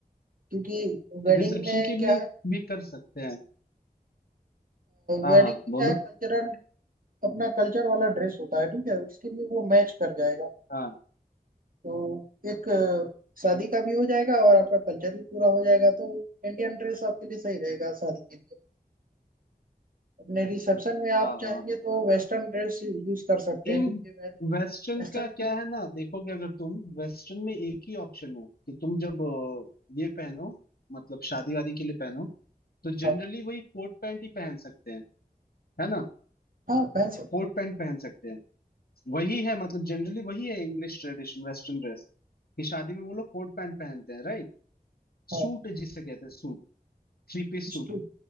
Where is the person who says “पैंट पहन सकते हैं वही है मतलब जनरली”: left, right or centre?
Left